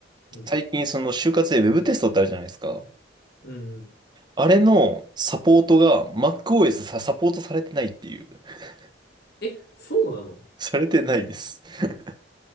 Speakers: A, on the left; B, on the right.
A: うん、
B: 最近その就活で Web テストってあるじゃないですか。
A: うん、うん。
B: あれのサポートが MacOS さサポートされてないっていう。<laughs>
A: え、そうなの
B: されてないです。<laughs>